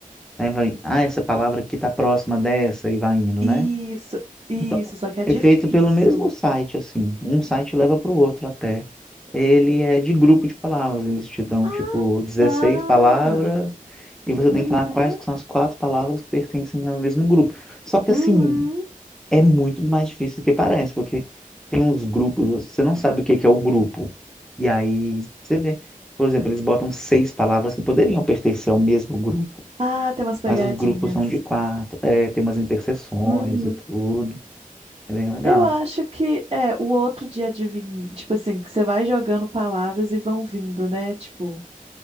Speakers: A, in the centre; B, on the right (about 40°).
A: Aí vai, ah, essa palavra aqui tá próxima dessa, e vai indo,
B: Isso,
A: né?
B: isso,
A: Então,
B: só que é difícil.
A: é feito pelo mesmo site, assim. Um site leva para o outro até. Ele é de grupo de palavras. Eles te dão,
B: Ah,
A: tipo, dezesseis
B: tá.
A: palavras e você
B: Uhum,
A: tem que falar quais que são as quatro palavras que pertencem ao mesmo grupo. Só que,
B: uhum.
A: assim, é muito mais difícil do que parece, porque tem uns grupos, você não sabe o que que é o grupo. E aí, você vê. Por exemplo, eles botam seis palavras que poderiam pertencer ao mesmo grupo,
B: Ah, tem umas pegadinhas.
A: mas os grupos são de quatro. É, tem umas interseções
B: Uhum.
A: e tudo. É bem legal.
B: Eu acho que é o outro de adivinhar, tipo assim, que você vai jogando palavras e vão vindo, né? Tipo.